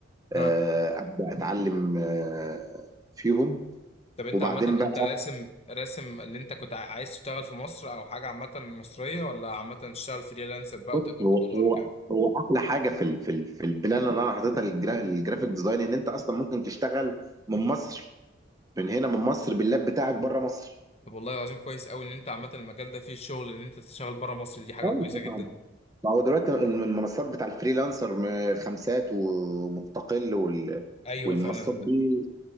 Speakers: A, on the right (about 20°); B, on the left (about 30°).
A: آه،
B: ها
A: ابدا اتعلم آه، فيهم
B: طب انت
A: وبعدين
B: عامة انت
A: بقى
B: راسم راسم اللي انت كنت ع- عايز تشتغل في مصر او حاجة عامة مصرية ولا عامة تشتغل فريلانسر بقى
A: بص
B: وتقبض
A: هو
B: بالدولار
A: هو
B: وكده
A: هو احلى حاجه في ال- في ال- في البلان اللي انا حاططها للجرا- للجرافيك ديزاين ان انت اصلا ممكن تشتغل من مصر من هنا من مصر باللاب بتاعك بره مصر
B: طب والله العظيم كويس قوي ان انت عامة المجال ده فيه شغل ان انت تشتغل بره مصر دي حاجة
A: اه
B: كويسة
A: طبعا
B: جدا
A: ما هو دلوقتي المنصات بتاع الفريلانسر م- الخمسات ومستقل وال
B: ايوه
A: والمنصات
B: فعلا
A: دي